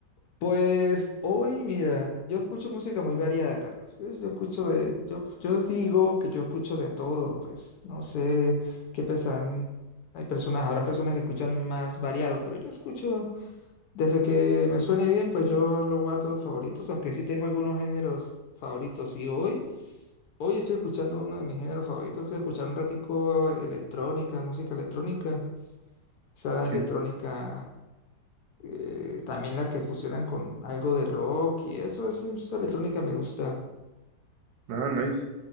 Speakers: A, on the left (about 70°); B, on the right (about 75°).
A: Pues hoy, mira, yo escucho música muy variada, Carlos. Es- Yo escucho de, yo, yo digo que yo escucho de todo, pues no sé qué pensarán. Hay personas, habrán personas que escuchan más variado, pero yo escucho desde que me suene bien, pues yo lo guardo en favoritos, aunque sí tengo algunos géneros favoritos. Y hoy Hoy estoy escuchando uno de mis géneros favoritos. Estoy escuchando un ratico electrónica, música electrónica. Esa
B: Chido.
A: electrónica, eh, también la que fusionan con algo de rock y eso, es- esa electrónica me gusta.
B: Ah, nice.